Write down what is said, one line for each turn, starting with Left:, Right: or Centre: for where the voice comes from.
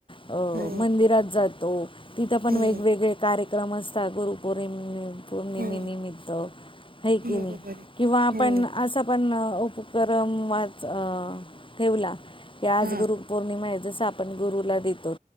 Left: अ
Right: हो,
Left: मंदिरात जातो, तिथं पण
Right: हो,
Left: वेगवेगळे कार्यक्रम असत <unintelligible> पौर्णिमेनिमित्त
Right: हो.
Left: है की
Right: बरोबर
Left: नाही
Right: आहे.
Left: किंवा आपण
Right: हो,
Left: असा पण उपक्रमच ठेवला. की, आज
Right: हां.
Left: गुरु पौर्णिमा आहे. जस आपण गुरुला देतो.